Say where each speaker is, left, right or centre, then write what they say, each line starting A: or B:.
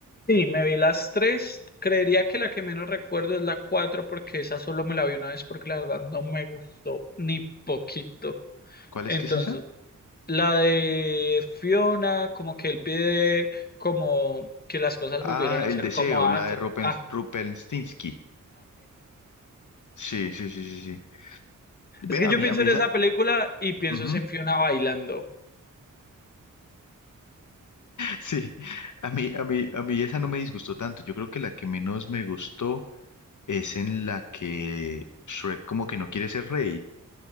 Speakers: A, on the left; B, on the left.
A: Sí, me vi las tres. Creería que la que menos recuerdo es la cuatro, porque esa solo me la vi una vez, porque la verdad no me gustó ni poquito.
B: ¿Cuál
A: Entonces,
B: es que es esa?
A: La de Fiona, como que él pide como que las cosas
B: Ah,
A: volvieran a
B: El
A: ser
B: Deseo,
A: como antes.
B: la de Rupen,
A: Ah,
B: Rupenstinsky. Sí, sí, sí, sí, sí. Ve,
A: es que
B: a
A: yo
B: mí,
A: pienso
B: a mí
A: en
B: esa.
A: esa película y pienso
B: ujú.
A: es en Fiona bailando
B: Sí, a mí, a mí, a mí esa no me disgustó tanto. Yo creo que la que menos me gustó es en la que Shrek como que no quiere ser rey